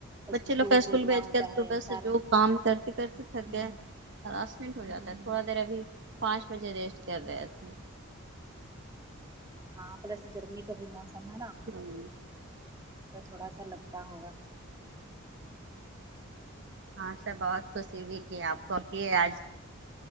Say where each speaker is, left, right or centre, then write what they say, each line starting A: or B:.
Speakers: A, on the right (about 15°); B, on the right (about 55°).
A: اس
B: بچے
A: کو
B: لوگ کا اسکول
A: بھیجنا
B: بھیج
A: ہوتا
B: کر
A: ہے
B: صبح
A: سارا
B: سے جو کام کرتے کرتے تھک
A: ہ
B: گئے ہیں داس منٹ ہو جاتا
A: ہ ہ
B: ہے تھوڑا دیر ابھی پانچ بجے ریسٹ کر رہے تھے
A: ہاں پلس گرمی کا بھی موسم ہے نا
B: ہوں
A: تو تھوڑا سا لپٹا ہوگا
B: ہاں سا بہت خوشی ہوئی کی آپ کو کی آج